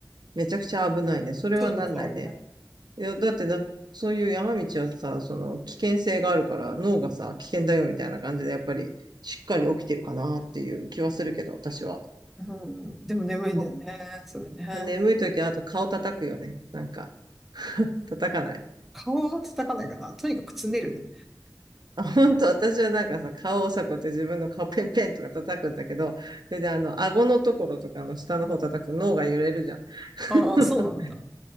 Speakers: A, on the right (about 70°); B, in the centre.
A: めちゃくちゃ危ないね。それはなんないね。
B: そうそうそう、危ない。
A: いや、だってな、そういう山道はさ、その危険性があるから脳がさ、危険だよみたいな感じでやっぱりしっかり起きてるかなっていう気はするけど、私は。
B: うん、でも眠いんだよね、
A: ま
B: それね。
A: あ眠い時はあと顔叩くよね。なんか、叩かない。
B: 顔は叩かないかな。とにかくつねるね。
A: あ、本当私はなんかさ、顔をさ、こうやって自分の顔ペンペンとか叩くんだけど、それであの、顎のところとかの下の方叩くと脳が揺れるじゃん。<laughs>
B: ああ、そうなんだ。